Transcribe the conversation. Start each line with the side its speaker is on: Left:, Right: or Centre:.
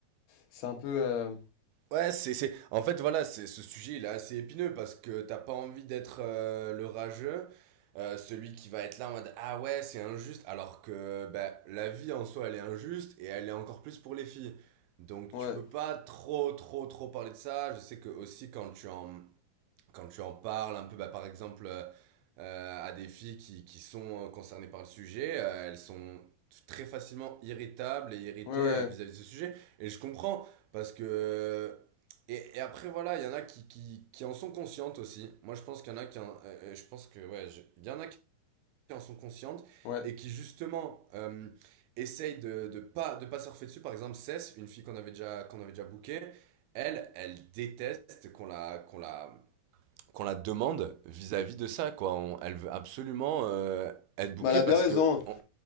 Left: c'est un peu. euh,
Right: Ouais, c'est, c'est, en fait, voilà, c'est, ce sujet, il est assez épineux parce que t'as pas envie d'être euh, le rageux, euh, celui qui va être là en mode, ah ouais, c'est injuste, alors que, ben, la vie en soi, elle est injuste et elle est encore plus pour les filles. Donc,
Left: ouais,
Right: tu peux pas trop, trop, trop parler de ça. Je sais que aussi, quand tu es en, quand tu en parles un peu, bah, par exemple, euh, euh, à des filles qui, qui sont euh, concernées par le sujet, euh, elles sont très facilement irritables et irritées
Left: ouais, ouais,
Right: euh, vis-à-vis de ce sujet. Et je comprends, parce que... euh, Et, et après, voilà, il y en a qui, qui, qui en sont conscientes aussi. Moi, je pense qu'il y en a qui en... euh, euh, je pense que, ouais, je- il y en a qui en sont conscientes
Left: ouais.
Right: et qui, justement, euh, essayent de, de pas, de pas surfer dessus. Par exemple, Cess, une fille qu'on avait déjà, qu'on avait déjà bookée, elle, elle déteste qu'on la, qu'on la, qu'on la demande vis-à-vis de ça, quoi. On- elle veut absolument euh, être bookée
Left: Bah, elle a bien
Right: parce
Left: raison,
Right: que on-